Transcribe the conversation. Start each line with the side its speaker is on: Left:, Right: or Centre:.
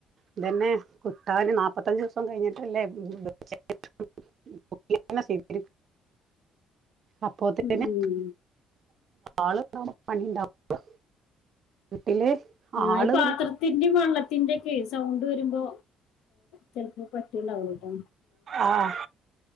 Right: ഇതന്നെ കിട്ടാന് നാപത്തഞ്ച് ദിവസം കഴിഞ്ഞിട്ടല്ലേ <unintelligible> അപ്പോത്തിന്
Left: ഉം ഉം
Right: ആള്ണ്ടാവുമ്പോ പണിണ്ടാവും വീട്ടില്
Left: ഞാഈ
Right: ആള്
Left: പാത്രത്തിന്റിം വെള്ളത്തിന്റെ ക്കേ സൗണ്ട് വരുമ്പോ ചെലപ്പോ പറ്റ്ണ്ടാവുലട്ടോ
Right: ആഹ